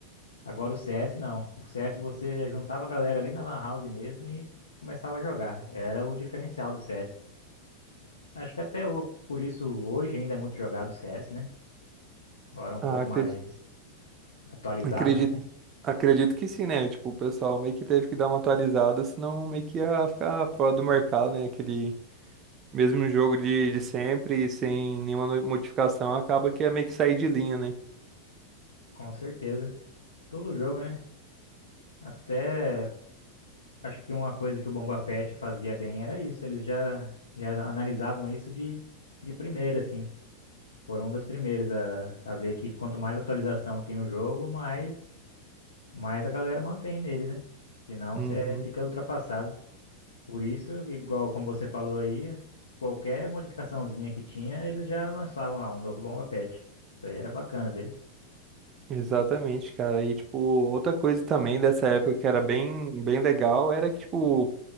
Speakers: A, on the left; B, on the right.
A: Agora o CS não. O CS você juntava a galera ali na Lan House mesmo e começava a jogar. Era o diferencial do CS. Acho que até o... por isso hoje ainda é muito jogado o CS, né? Agora é um pouco
B: Ah, acre-
A: mais atualizado,
B: acredito, acredito que sim, né? Tipo, o pessoal meio que teve que dar uma atualizada, senão meio que ia ficar fora do mercado, né? Aquele mesmo jogo de, de sempre, sem nenhuma no- modificação, acaba que ia meio que sair de linha, né?
A: <laughs> com certeza. Todo jogo, né? Até. Acho que uma coisa que o Bomba Pet fazia bem era isso. Eles já, já analisavam isso de, de primeira, assim. Foram um das primeiras a, a ver que quanto mais atualização tem o jogo, mais, mais a galera mantém nele, né? Senão
B: Uhum.
A: você fica ultrapassado. Por isso, que, igual como você falou aí, qualquer modificaçãozinha que tinha, eles já lançavam lá um novo Bomba Pet. Isso aí era bacana deles.
B: Exatamente, cara. E, tipo, outra coisa também dessa época que era bem, bem legal era que, tipo,